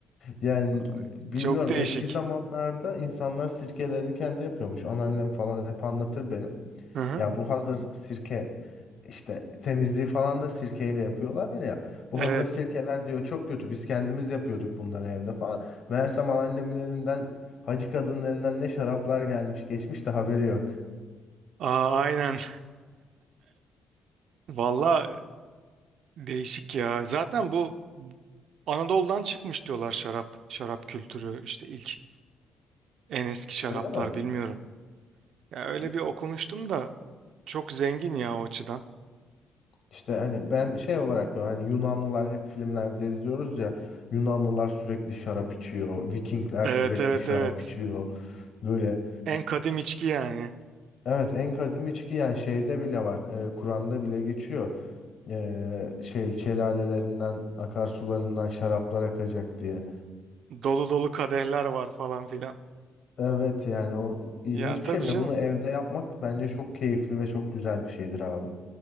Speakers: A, on the left; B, on the right.
A: Yani
B: Ay,
A: bilmiyorum
B: Çok değişik.
A: eski zamanlarda insanlar sirkelerini kendi yapıyormuş. Anneannem falan hep anlatır benim.
B: Hı hı.
A: Ya bu hazır sirke işte temizliği falan da sirkeyle yapıyorlar ya. Bu
B: Evet.
A: hazır sirkeler diyor çok kötü. Biz kendimiz yapıyorduk bunları evde falan. Meğersem anneannemin elinden hacı kadının elinden ne şaraplar gelmiş geçmiş de haberi yok.
B: Aa, aynen. <laughs> Valla değişik ya. Zaten bu Anadolu'dan çıkmış diyorlar şarap, şarap kültürü işte ilk en eski şaraplar
A: Öyle mi?
B: bilmiyorum. Ya öyle
A: Ya-
B: bir okumuştum da çok zengin ya o açıdan.
A: İşte hani ben şey olarak diyorum hani Yunanlılar hep filmlerde izliyoruz ya Yunanlılar sürekli şarap içiyor, Vikingler
B: Evet
A: sürekli
B: evet
A: şarap
B: evet.
A: içiyor. Böyle
B: En kadim içki yani.
A: Evet en kadim içki yani şeyde bile var. e, Kur'an'da bile geçiyor. E, şey şelalelerinden, akarsularından şaraplar akacak diye.
B: Dolu dolu kadehler var falan filan.
A: Evet yani o ilginç
B: Ya tabii
A: bir şey ve
B: canım.
A: bunu evde yapmak bence çok keyifli ve çok güzel bir şeydir abi.